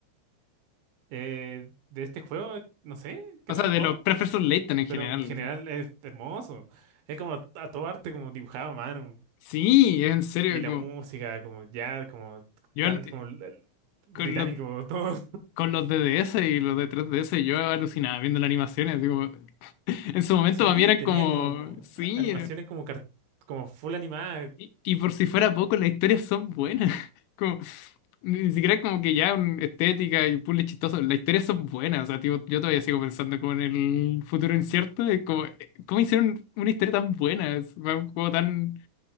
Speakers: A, on the right; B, on the left.
A: Eh, de este juego, eh, no sé, que
B: O
A: no
B: sea,
A: lo he
B: de
A: jugado,
B: los profesor Layton en
A: pero
B: general.
A: en general
B: o sea.
A: es hermoso. Es como a todo arte, como dibujado a mano.
B: Sí, es en serio,
A: Y la
B: como,
A: música, como ya, como
B: yo
A: tan,
B: al-
A: como l- l- británico,
B: con los,
A: <laughs> todo.
B: con los de DS y los de 3DS yo alucinaba viendo las animaciones. así como- <laughs> en su momento
A: Sí,
B: para mí eran
A: tenía
B: como,
A: como
B: sí,
A: a- animaciones como, car- como full animadas.
B: Y, y por si fuera poco, las historias son buenas. <laughs> Como, ni siquiera como que ya un- estética y puzzles chistoso las historias son buenas. O sea, tipo, yo todavía sigo pensando como en el futuro incierto de como, eh, cómo hicieron una historia tan buena, es un juego tan